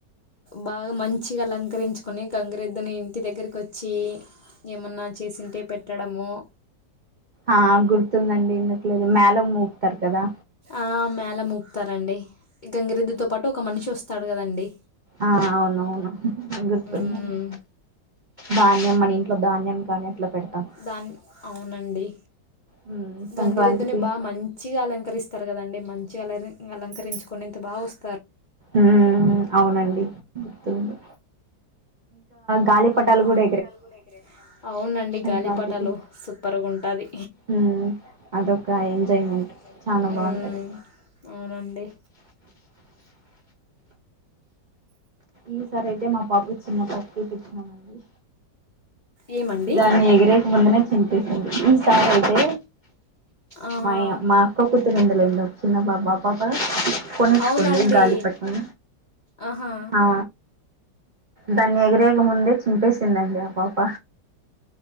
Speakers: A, on the left; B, on the right.
A: బాగా మంచిగా అలంకరించుకుని గంగిరెద్దుని ఇంటి దగ్గరకి వచ్చి ఏమన్నా చేసింటే పెట్టడము
B: ఆ గుర్తుందండి ఎందుకు లేదు మేల మూపు తర్ కదా
A: ఆ మేళ మూపుతారండి గంగిరద్దుతో పాటు ఒక మనిషి వస్ వస్తాడు కదండి
B: ఆ అవునవును గుర్తుందండి
A: హ్మ్.
B: ధాన్యం మన ఇంట్లో ధాన్యం కానీ అట్లా పెడతాం
A: దాన్ అవునండి.
B: హ్మ్ సంక్రాంతికి
A: గంగిరెద్దుని బా మంచిగా అలంకరిస్తారు కదండి మన్ చే అలకరించుకొని ఎంత బా వస్
B: ఉ అవునండి గుర్తుంది గాలిపటాలు
A: ఇంకా గాలిపటాలు
B: కూడా
A: కూడా ఎగిరేస్తామండి అవునండి
B: సంక్రాంతికి
A: గాలిపటాలు సూపర్గా ఉంటది
B: హ్మ్ అదొక
A: అదొక
B: ఎంజాయ్మెంట్
A: ఎంజాయ్మెంట్
B: చానా బాగుంటది
A: అవునండి
B: ఈ సారి అయితే మా పాపకి చిన్న పాపకి తెచ్చినామండి
A: ఏమండి?
B: దాన్ని ఎగిరేక ముందునే చింపేసింది ఈసారి అయితే
A: ఆహా!
B: మా మా అక్క కూతురు ఉందిలే ఓ చిన్న బాబా పాప కొనిచ్చుకుంది
A: అవునండి.
B: గాలిపట్టం
A: ఆహా!
B: ఆ దాన్ని ఎగిరేకముందే చి చింపేసిందండి ఆ పాప